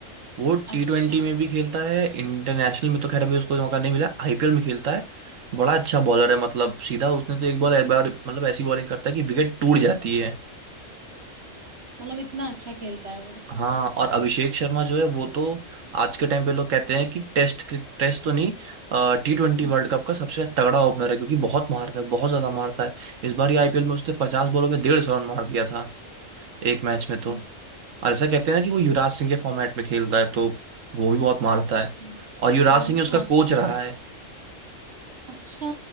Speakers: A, on the right; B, on the right.
A: वो टी
B: अच्छा
A: ट्वेंटी में भी खेलता है इंटरनेशनल में तो खैर अभी उसको मौका नहीं मिला आईपीएल में खेलता है बड़ा अच्छा बॉलर है मतलब सीधा उसने तो एक बॉल एक बार मतलब ऐसी बॉलिंग करता है कि विकेट टूट
B: काफी
A: जाती
B: अच्छा
A: है
B: मतलब इतना अच्छा खेलता है वो
A: हाँ और अभिषेक शर्मा जो है वो तो आज के टाइम पे लोग कहते हैं कि टेस्ट टेस्ट तो नहीं टी ट्वेंटी
B: हम्म
A: वर्ल्ड कप का सबसे तगड़ा ओपनर है क्योंकि बहुत मारता है बहुत ज्यादा मारता है इस बार ये आईपीएल में उसने पचास बॉलों में डेढ़ सौ रन मार दिया था एक मैच में तो
B: हम्म,
A: और ऐसा कहते हैं ना कि वो युवराज सिंह के फॉर्मेट में खेल रहा है तो वो भी बहुत मारता
B: अच्छा
A: है और युवराज
B: वो
A: सिंह
B: भी
A: ही उसका
B: हाँ
A: कोच रहा है
B: अच्छा